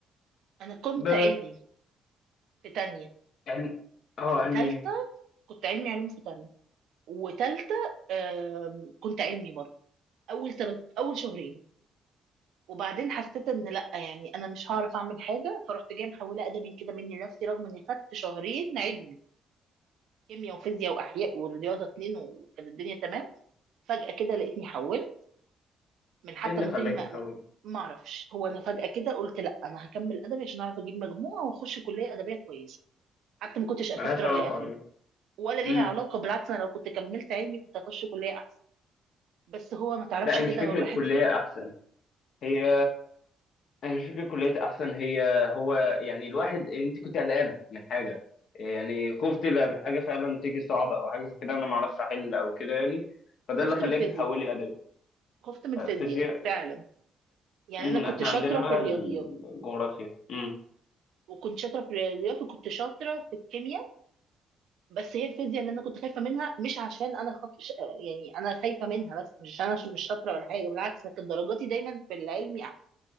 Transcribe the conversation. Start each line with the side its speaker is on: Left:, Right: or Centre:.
Right: انا كنت
Left: ب...
Right: علمي في تانية
Left: علم... اه
Right: وتالتة
Left: علمي
Right: كنت علمي علوم في تانية وتالتة آم، كنت علمي برضه أول تلت أول شهرين وبعدين حسيت إن لأ يعني أنا مش هعرف أعمل حاجة فرحت جاية محولة أدبي كده مني لنفسي رغم إني خدت شهرين علمي كيمياء وفيزياء وأحياء ورياضة اتنين وكانت الدنيا تمام فجأة كده لقيتني حولت من حتى
Left: ايه اللي
Right: أنا
Left: خلاك
Right: قلت لهم ما
Left: تحول
Right: ما أعرفش هو أنا فجأة كده قلت لأ أنا هكمل أدبي عشان أعرف أجيب مجموعة وأخش كلية أدبية كويسة حتى ما كنتش أخدت
Left: ملهاش
Right: رأي
Left: علاقه
Right: أهلي
Left: على فكره
Right: ولا ليها
Left: امم
Right: علاقة بالعكس أنا لو كنت كملت علمي كنت هخش كلية أحسن بس هو ما تعرفش
Left: لا هي
Right: كده
Left: مش فكره
Right: هو الواحد
Left: كليه احسن هي هي مش فكره كليه احسن هي هو يعني الواحد انت كنت قلقانه من حاجه يعني خفت الحاجه فعلا تيجي صعبه او حاجه زي كده انا ما اعرفش احل او كده يعني فده
Right: خفت
Left: اللي خلاك
Right: من الفيزياء
Left: تحولي ادبي
Right: خفت من الفيزياء
Left: آه، فيزياء
Right: فعلا يعني
Left: امم
Right: انا كنت
Left: احنا
Right: شاطره
Left: عندنا بقى
Right: في الرياضيات
Left: الجغرافيا امم
Right: وكنت شاطره في الرياضيات وكنت شاطره في الكيمياء بس هي الفيزياء اللي انا كنت خايفه منها مش عشان انا خط... ش- يعني انا خايفه منها بس مش عشان انا ش- مش شاطره ولا حاجه بالعكس أنا كانت درجاتي دايما في العلمي أح-